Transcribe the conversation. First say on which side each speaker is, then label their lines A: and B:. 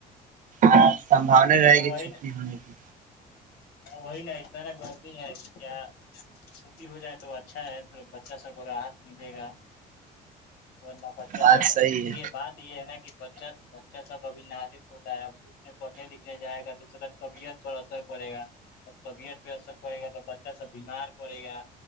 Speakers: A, on the right; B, on the left.
A: ہ سمباونا رہے گی
B: وہی
A: چھٹی ہونے کی
B: وہی نا اتنا نا گرمی ہے کہ کیا چھٹی ہو جائے تو اچھا ہے تھا بچہ سب کو راحت ملے گا ورننا بچہ
A: بات
B: سک
A: صحیح
B: دیکے بات یہ ہے نا کہ بچہ سب ابھی نازجک ہوتا ہے اب بھو میں پڑھنے لکھنے جائے گا تو اس کا طبیعت پر اثر پڑے گا ا طبیعت پہ اثر پڑے گا تو بچہ سب بیمار پڑے گا